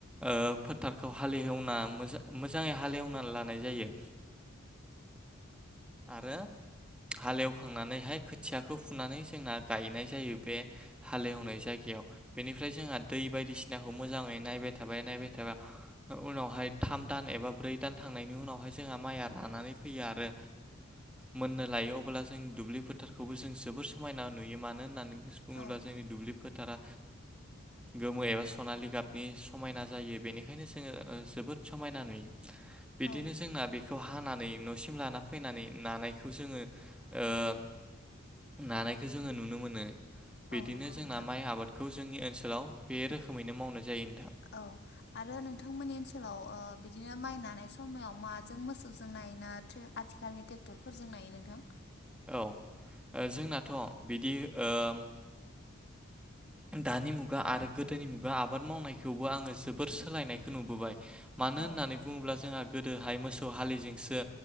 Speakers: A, in the centre; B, on the left.
A: अ फोथारखौ हालेवना मोजाङै हालेवनानै लानाय जायो आरो हालेवखांनानैहाय खोथियाखौ फुनानै जोंना गायनाय जायो बे हालेवनाय जायगायाव बेनिफ्राय जोंहा दै बायदिसिनाखौ मोजाङै नायबाय थाबाय नायबाय थाबाय उनावहाय थाम दान एबा ब्रै दान थांनायनि उनावहाय जोंहा माइया रानानै फैयो आरो मोननो लायो अब्ला जों दुब्लि फोथारखौबो जों जोबोर समायना नुयो मानो होननानै बुङोब्ला
B: औ
A: जोंनि दुब्लिफोर दारा गोमो एबा सनालि गाबनि समायना जायो बेनिखायनो जोङो जोबोद समायना नुयो बिदिनो
B: औ
A: जोंना बेखौ हानानै नसिम लाना फैनानै नानायखौ जोङो नुनो मोनो बिदिनो
B: औ नंगौ
A: जोंना
B: नोंथां
A: माइ आबादखौ जोंनि ओनसोल ओनसोलाव बे रोखोमैनो मावनाय जायो नोंथां
B: औ आरो नोंथांमोननि ओनसोलाव ओ बिदिनो माइ नानाय समाव माजों मोसौजों नायोना ना आथिखालनि ट्रेक्टरफोरजों नायो नोंथां
A: औ जोंनाथ बिदि ओम दानि मुगा आरो गोदोनि मुगा आबाद मावनायखौबो आङो जोबोद सोलायनायखौ नुबोबाय मानो
B: औ
A: होननानै बुङोब्ला जोंहा गोदोहाय मोसौ हलिजोंसो